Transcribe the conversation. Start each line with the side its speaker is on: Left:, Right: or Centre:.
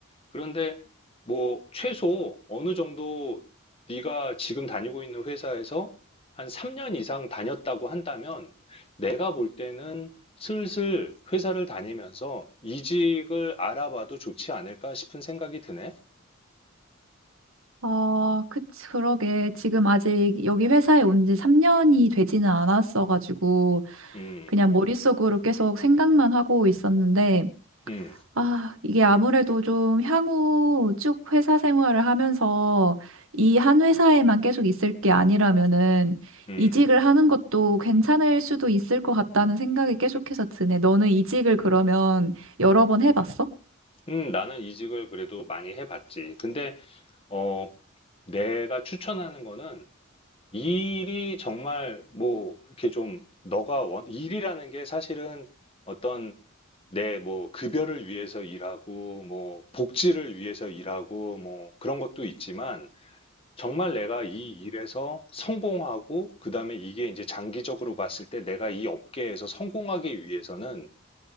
Left: 그런데 뭐 최소 어느 정도 네가 지금 다니고 있는 회사에서 한 3년 이상 다녔다고 한다면 내가 볼 때는 슬슬 회사를 다니면서 이직을 알아봐도 좋지 않을까 싶은 생각이 드네.
Right: 아, 그치, 그러게. 지금 아직 여기 회사에 온 지 3년이 되지는 않았어가지고,
Left: 음,
Right: 그냥 머릿속으로 계속 생각만 하고 있었는데,
Left: 음,
Right: 아, 이게 아무래도 좀 향후 쭉 회사 생활을 하면서 이 한 회사에만 계속 있을 게 아니라면은,
Left: 음.
Right: 이직을 하는 것도 괜찮을 수도 있을 것 같다는 생각이 계속해서 드네. 너는 이직을 그러면 여러 번 해봤어?
Left: 음, 나는 이직을 그래도 많이 해봤지. 근데 어, 내가 추천하는 거는 일이 정말 뭐 이렇게 좀 너가 원 일이라는 게 사실은 어떤 네, 뭐, 급여를 위해서 일하고, 뭐, 복지를 위해서 일하고, 뭐, 그런 것도 있지만, 정말 내가 이 일에서 성공하고, 그 다음에 이게 이제 장기적으로 봤을 때 내가 이 업계에서 성공하기 위해서는